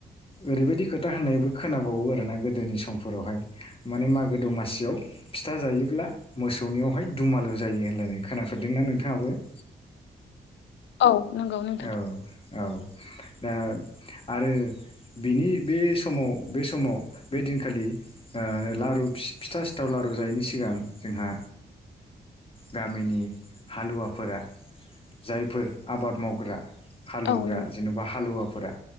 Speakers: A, on the left (about 25°); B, on the left (about 65°).
A: ओरैबायदि खोथा होननायबो खोनाबावो आरोना गोदोनि समफोरावहाय माने मागो दमासियाव फिथा जायोब्ला मोसौनियावहाय दुमालु जायो होनलायनाय खोनाफेदोंना नोंथाङाबो? <unintelligible>
B: औ नंगौ
A: औ
B: नोंथां
A: औ दा आरो बिनि बे समाव बे समाव बे दिनखालि ओ लारु फिथा सिथाव लारु रजायैनि सिगां जोंहा गामिनि हालुवाफोरा जायफोर आबाद मावग्रा हालेवग्रा
B: औ नों
A: जेन'बा हालौवाफोरा